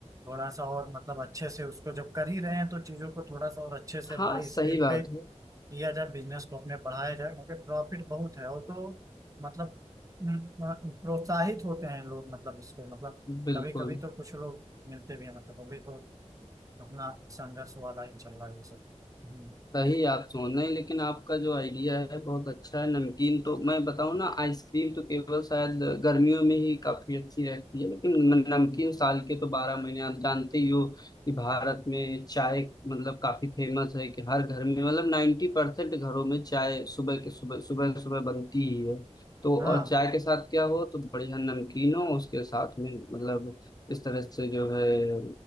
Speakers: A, on the right; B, on the left.
A: थोड़ा सा और मतलब अच्छे से उसको जब कर ही रहे हैं तो चीज़ों को थोड़ा सा और अच्छे से
B: हाँ
A: बड़े
B: सही
A: स्केल
B: बात
A: पे
B: है
A: किया जाए बिजनेस को अपने बढ़ाया जाए क्योंकि प्रॉफिट बहुत है और तो मतलब हम्म, प्रोत्साहित होते हैं लोग मतलब इसको मतलब
B: बिल्कुल
A: कभी कभी तो कुछ लोग मिलते भी हैं मतलब अभी तो अपना संघर्ष वाला ही चल रहा है ये सब हम्म,
B: सही आप सोच रहे हैं लेकिन आपका जो आइडिया है बहुत अच्छा है नमकीन तो मैं बताऊं ना आइसक्रीम तो केवल शायद गर्मियों में ही काफी अच्छी रहती है लेकिन न- नमकीन
A: हम्म,
B: साल के तो बारह महीने आप जानते ही हो कि भारत में चाय मतलब काफी फेमस है कि हर घर में मतलब नाइन्टी परसेंट घरों में चाय सुबह के सुबह सुबह सुबह बनती ही है तो
A: हाँ
B: और चाय के साथ क्या हो तो बढ़िया नमकीन हो उसके साथ में मतलब इस तरह से जो है